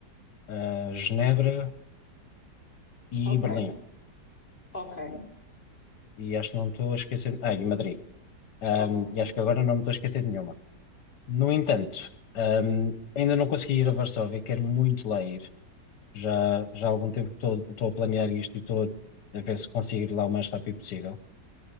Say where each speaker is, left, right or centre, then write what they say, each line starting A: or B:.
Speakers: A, on the left (about 75°); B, on the left (about 30°).
A: ah, Genebra e
B: Ok,
A: Berlim.
B: ok.
A: E acho que não me estou a esquecer. Ah, e Madrid. Ahm,
B: Ok,
A: e acho que agora não me estou a esquecer de nenhuma. No entanto, ahm, ainda não consegui ir a Varsóvia, quero muito lá ir. Já, já há algum tempo que estou estou a planear isto e estou a ver se consigo ir lá o mais rápido possível.